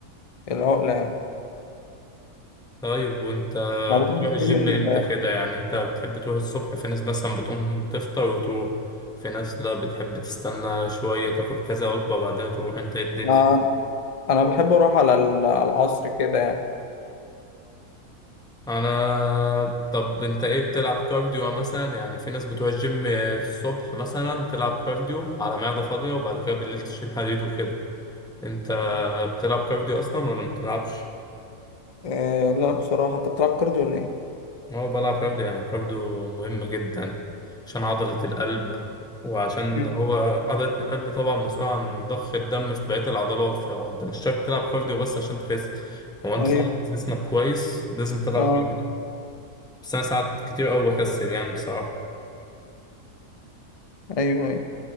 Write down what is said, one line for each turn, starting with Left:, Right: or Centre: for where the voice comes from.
Left: العقله يعني
Centre: طيب وانت
Left: انا برضو
Centre: بتروح الجيم
Left: في يوم ال-
Centre: امتى كده يعني انت بتحب تروح الصبح في ناس مثلا بتقوم تفطر وتروح في ناس لا بتحب تستنى شوية تاكل كذا وجبة وبعدها تروح انت ايه الدنيا
Left: انا انا بحب اروح على ال- على العصر كده يعني
Centre: انا طب انت ايه بتلعب كارديو مثلا يعني في ناس بتروح الجيم الصبح مثلا تلعب كارديو على معدة فاضية وبعد كده بالليل تشيل حديد وكده انت بتلعب كارديو اصلا ولا متلعبش
Left: آه لا بصراحه انت بتلعب كارديو ولا ايه
Centre: هو بلعب كارديو يعني كارديو مهم جدا عشان عضلة القلب وعشان
Left: مم.
Centre: هو عضلة القلب طبعا مسؤولة عن ضخ الدم في بقية العضلات فهو انت مش شرط تلعب كارديو بس عشان تخس هو انت
Left: ايوه
Centre: طالما عايز جسمك كويس لازم تلعب
Left: اه
Centre: كارديو بس انا ساعات كتير قوي بكسل يعني بصراحة
Left: ايوه ايوه